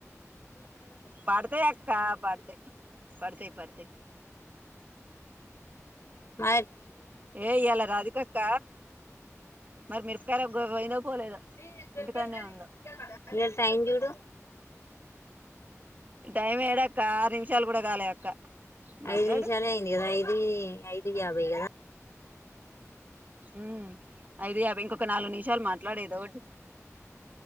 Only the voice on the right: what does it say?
పడుతే ఎ కా పడుతయి పడతయి పడతయి
ఏ ఇయ్యాల రాధికక్క మరి మిరపకాయలు పోయిందొ పోలేదొ
ఇంటికనే ఉందో
టైం ఎడాక్క ఆరు నిమిషాలు కూడా కాలే అక్క మాట్లాడు
ఉ అయిది అ ఇంకొక నాలుగు నిమిషాలు మాట్లాడేది ఒకటి